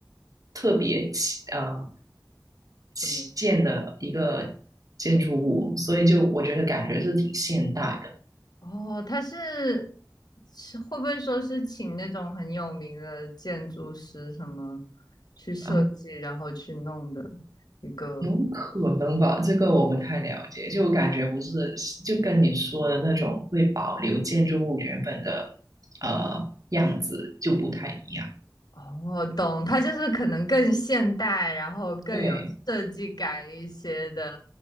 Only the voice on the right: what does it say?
特别起呃起建的一个建筑物，
所以就我觉得感觉是挺现代的
啊，
有可能吧，这个我不太了解，就感觉不是就跟你说的那种会保留建筑物原本的呃样子就不太一样。
对。